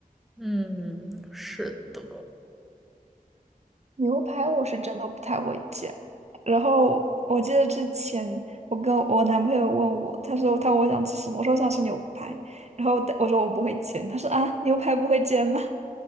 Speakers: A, in the centre; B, on the right (about 45°).
A: 嗯，是的。
B: 牛排我是真的不太会煎。然后我记得之前我跟我男朋友问我，他说他问我想吃什么，我说我想吃牛排，然后我说我不会煎，他说啊牛排不会煎吗？